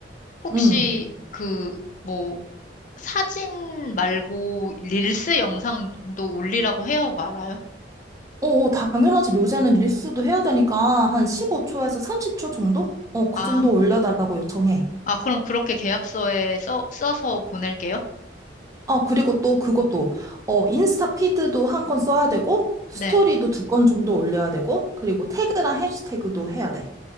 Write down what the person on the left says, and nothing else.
혹시
그 뭐 사진 말고 릴스 영상도 올리라고 해요, 말아요?
아,
아, 그럼 그렇게 계약서에 써, 써서 보낼게요.
네.